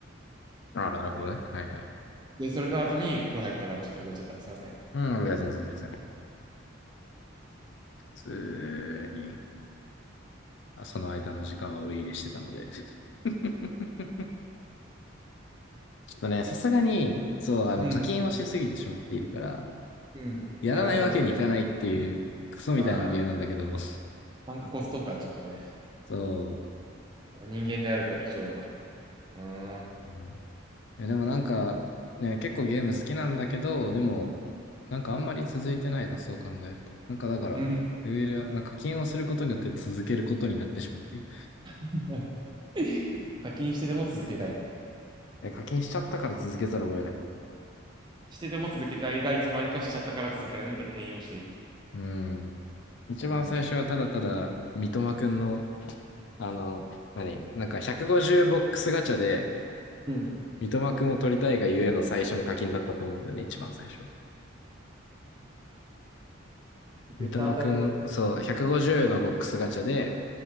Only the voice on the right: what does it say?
で、それと後に風呂入ったからちょっと遅れちゃった。すいません。
うん、
うん、
やらざるを。
はい参加コストがちょっとね、
人間であるか以上は。
うーん。
うん
<laughs> 課金してでも続けたい。
してでも続けたいが、いつまにかしちゃったから続けられない変容している。
うん。
うん。
絶対当たると
思う。